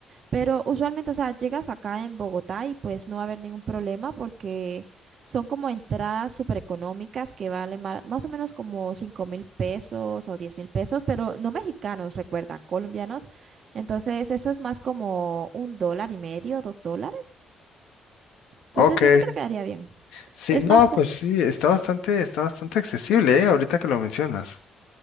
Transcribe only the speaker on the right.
Pero usualmente, o sea, llegas acá en Bogotá y pues no va a haber ningún problema porque son como entradas súper económicas que valen ma- más, o menos como cinco mil pesos o diez mil pesos, pero no mexicanos, recuerda, colombianos. Entonces, eso es más como un dólar y medio, dos dólares. Entonces,
siento que te quedaría bien.
Es
más como,